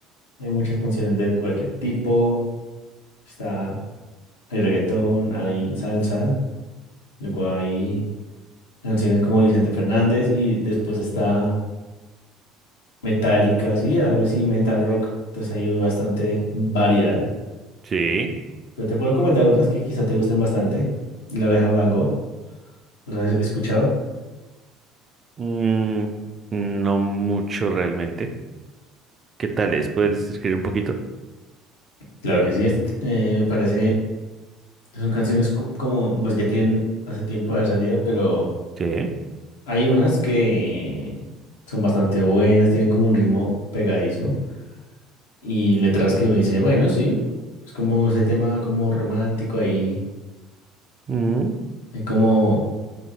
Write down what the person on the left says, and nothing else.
hay muchas canciones de cualquier tipo. Está, hay reggaetón, hay salsa, luego hay canciones como Vicente Fernández y después está metálica, sí, algo así, metal rock. Entonces hay bastante variedad.
Pero te puedo recomendar unas que quizá te gusten bastante. La Oreja de Van Gogh, ¿las has escuchado?
Claro que sí, es- eh, me parece, son canciones co- como, pues ya tienen hace tiempo de salida, pero
hay unas que son bastante buenas, tienen como un ritmo pegadizo y letras que uno dice, bueno, sí, es como ese tema como romántico ahí,
hay como,